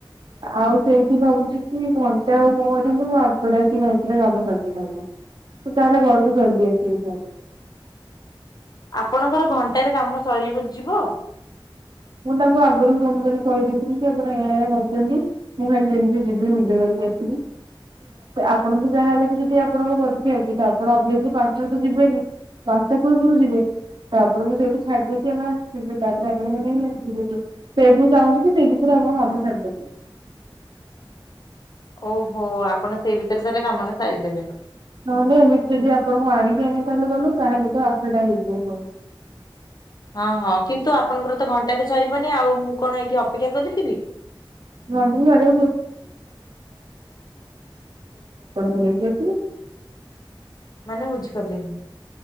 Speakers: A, on the right; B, on the left.
A: ଆଉ ସେଇଠି ଭାବୁଛୁ କି ଘଣ୍ଟା <unintelligible> ତୁ ତାହାଲେ ଘରକୁ ଜଲଦି ଆସିକି ପହଞ୍ଚ।
B: <inaudible> ଆପଣଙ୍କର ଘଣ୍ଟାରେ କାମ ସରିିବ ଯିବ।
A: ମୁଁ ତାଙ୍କୁ ଆଗରୁ ଫୋନ କରି କହିଦେଇଥିଲି କି ଆପଣ ଏହାଆ ଏହାଆ କରିଛନ୍ତି। ମୁଁ ଖାଲି ଯେମିତି ଯିବି ଭିଡିଓ କରି। ଯାଇଥିଲି। ଆପଣ ତ ଯାହାହଲେ ବି ଯଦି ଆପଣଙ୍କ ପରୀକ୍ଷା ଅଛି। ତ ଆପଣ ଅସଲି ପାଞ୍ଚ ତ ଯିବେନି? ପାଞ୍ଚଟା ପୂର୍ବରୁ ଯିବେ ତାପରେ ମୁଁ ଯଉଠୁ ଛାଡି ଦେଇେକି ଆମେ ଆସି ଯିବୁ ତାପରେ ଆପଣମାନେ ଯିବେ। ସେ ମୁଁ ଚାହୁଁଛୁକି ସେଇ ଭିତରେ କାମ ସରିଦେବୁ। <inaudible>
B: ଓହୋ ଆପଣ ସେଇ ଭିତରେ ତାହେଲେ କାମ ଟା ସାରିଦେବେ।
A: ନହେଲେ ଏମିତିରେ ବି ଆପଣଙ୍କୁ ଆଣିକି ଆମେ ଚାଲିକି ଗଲୁ। ତାହେଲେ ତ ଆଠଟା ହେଇଯିବ କଣ?
B: ହଁ ହଁ କିନ୍ତୁ ଆପଣଙ୍କର ତ ଘଣ୍ଟାରେ ସରିବନି ଆଉ ମୁଁ କଣ ଏଇଠି ଅପେକ୍ଷା କରିଥିବି।
A: <unintelligible> ତେବେ ସ୍କ୍ୱାର୍ଡ କଣ ନେଇକି ଆସୁନୁ।
B: <inaudible> ମାନେ ବୁଝିପାରିଲିନି।